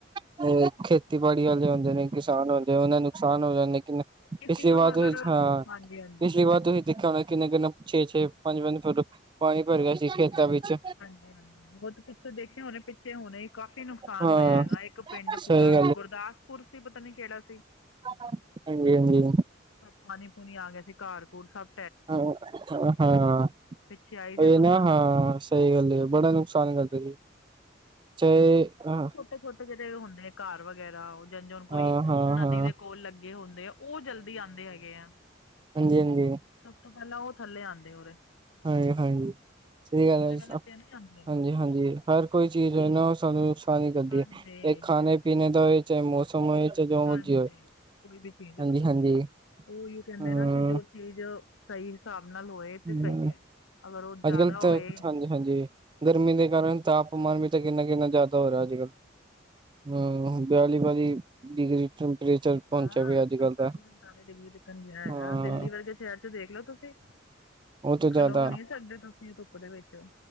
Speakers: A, on the right; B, on the left.
A: ਜਿਵੇਂ ਖੇਤੀਬਾੜੀ ਵਾਲੇ ਹੁੰਦੇ ਨੇ ਕਿਸਾ ਨੁਕਸਾਨ ਹੋ ੳਹ ਦਾ ਨੁਕਸਾਨ ਹੋ ਰੇ ਨੇ ਕਿਨੇ ਕਿਨੇ।
B: ਕਿਸੇ
A: ਪਿਛਲੀ
B: ਨੂੰ
A: ਵਾਰ
B: ਅਗਰ ਹਾਂਜੀ
A: ਹਾਂ
B: ਹਾਂਜੀ
A: ਪਿਛਲੀ ਵਾਰ ਤੁਸੀ ਦੇਖੇਆ ਹੋਨਾ, ਕਿਨੇ-ਕਿਨੇ ਛੇ-ਛੇ, ਪੰਜ -ਪੰਜ ਫੁੱਟ ਪਾਨੀ ਭਰ ਗਿਆ ਸੀ ਖੇਤਾਂ ਵਿੱਚ
B: ਏਨਾਂ ਨੂੰ ਬਟ ਪਿੱਛੇ ਦੇਖੇਆ ਹੋਨਾ, ਪਿੱਛੇ ਹੁਨੇ ਕਾਫ਼ ਨੁਕਸਾਨ
A: ਹਾਂ
B: ਹੋਏਆ ਹੈਗਾ। ਇੱਕ ਪਿੰਡ ਪੂਰਾ
A: ਸਹੀ
B: ਗੁਰਦਾਸ ਕੁਰਸ ਹੀ, ਪਤਾ ਨੀ ਕਿਹੜਾ ਸੀ।
A: ਨਾਲ ਨਾਲ ਹਾਂਜੀ-ਹਾਂਜੀ।
B: ਪਾਣੀ-ਪੂਣੀ ਆ ਗਿਆ ਸੀ, ਘਾਰ ਘੁਰ ਤੱਕ
A: ਹਾਂ ਹਾਂ
B: ਪਿੱਛੇ ਆਈ ਸੀ
A: ਇਹ
B: ਸੁਣਨ
A: ਨਾ ਹਾਂ
B: ਨੂੰ
A: ਸਹੀ ਗੱਲ ਬੜਾ ਨੁਕਸਾਨ ਕਰ ਚੇ ਹਾਂ ਹਾ
B: ਤੇ ਛੋਟੇ ਜਿੜੇ ਹੁੰਦੇ ਆ, ਘਰ ਵਗੈਰਾ ਜਜਰ ਕੋਈ
A: ਹਾਂ ਹਾਂ
B: ਨਦੀ
A: ਹਾਂ
B: ਦੇ ਕੋਲ ਲੱਗੇ ਹੁੰਦੇ ਆ ਉਹ ਜਲਦੀ ਆਂਦੇ ਹੈਗੇ ਆ।
A: ਹਾਂਜੀ-ਹਾਂਜੀ।
B: ਸਭ ਤੋਂ ਪਹਿਲਾਂ ਉਹ ਥੱਲੇ ਆਂਦੇ ਹੋਰੇ
A: ਹਾਂਜੀ-ਹਾਂਜੀ ਸਹੀ ਗੱਲ ਹੈ
B: ਵਾਲੇ
A: ਸਭ
B: ਤੇ ਨਹੀਂ ਆਉਂਦੇ ਹੈਗੇ
A: ਹਾਂਜੀ-ਹਾਂਜੀ। ਹਰ ਕੋਈ ਚੀਜ਼ ਹੈਨਾ ਉਹ ਸਾਨੂੰ ਨੁਕਸਾਨ ਹੀ ਕਰਦੀ
B: ਹਾਂਜੀ
A: ਐਂ ਇਕ ਖਾਣੇ ਪੀਣੇ ਦਾ ਹੋਏ ਚਾਹੇ ਮੌਸਮ ਹੋਏ। ਚਾਹੇ ਜੋ
B: ਹਾਂਜੀ
A: ਮਰਜ਼ੀ ਹੋਏ
B: ਕੋਈ ਵੀ ਚੀਜ਼
A: ਹਾਂਜੀ
B: ਹੋਏ
A: ਹਾਂਜੀ
B: ਉਹੀਓ ਕਹਿੰਦੇ
A: ਹਮ
B: ਨਾ ਕਿ ਜੋ ਚੀਜ਼ ਸਹੀ ਹਿਸਾਬ ਨਾਲ ਹੋਏ ਤੇ
A: ਹਮ
B: ਸਹੀ ਐ ਅਗਰ ਉਹ ਜ਼ਿਆਦਾ
A: ਅੱਜ ਕੱਲ ਤਾਂ
B: ਹੋਏ
A: ਹਾਂਜੀ ਹਾਂਜੀ ਗਰਮੀ ਦੇ ਕਾਰਨ ਤਾਪਮਾਨ ਵੀ ਤਾਂ ਕਿੰਨਾ-ਕਿੰਨਾ ਜ਼ਿਆਦਾ ਹੋ ਰਹਾ। ਹਮ ਬਿਆਲੀ ਬਾਲੀ ਡਿਗਰੀ ਟੈਂਪਰੇਚਰ ਪਹੁੰਚਿਆ
B: ਹਾਂ
A: ਪਿਆ ਅੱਜ
B: ਸੰਤਾਲੀ-ਪੰਤਾਲੀ
A: ਕੱਲ ਤਾਂ
B: ਡਿਗਰੀ ਤਿਕਨ ਹੈਗਾ
A: ਹਾਂ
B: ਦਿੱਲੀ ਵਰਗੇ ਸ਼ਹਿਰ ਚ ਦੇਖ ਲੋ ਤੁਸੀਂ
A: ਉਹ ਤੋਂ ਜ਼ਿਆਦਾ
B: ਖਲੋ ਨਹੀਂ ਸਕਦੇ ਤੁਸੀਂ ਧੁੱਪ ਦੇ ਵਿੱਚ।